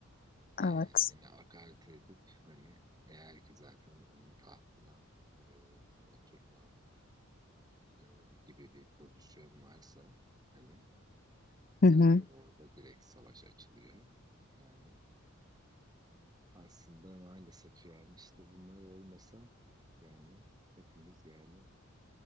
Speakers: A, on the right (about 20°); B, on the left (about 45°).
A: e,
B: Evet.
A: seni hakaret edip hani eğer ki zaten onun tahtına e, oturma e, gibi bir pozisyon varsa hani zaten
B: Hı hı.
A: orada direkt savaş açılıyor. Yani Aslında maalesef yani işte bunlar olmasa yani hepimiz yani